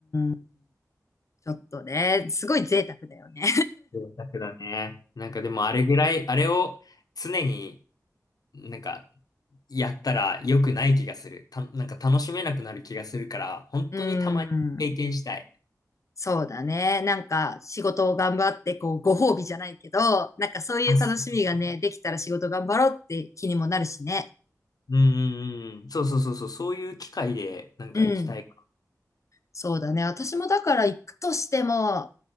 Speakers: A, on the left (about 50°); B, on the left (about 75°).
A: ん。ちょっとね、すごい贅沢だよね。
B: そうだけどね。なんかでもあれぐらい、あれを常になんかやったら良くない気がする。た、なんか楽しめなくなる気がするから、
A: <laughs>
B: 本当にたまに経験したい。
A: うーん。そうだね。なんか仕事を頑張って、こう、ご褒美じゃないけど、なんかそういう楽しみがね、
B: あ、そうそうそう。
A: できたら仕事頑張ろうって気にもなるしね。
B: うんうんうん、そうそうそうそう、そういう機会でなんか行きたいか
A: うん。そうだね。私もだから行くとしても、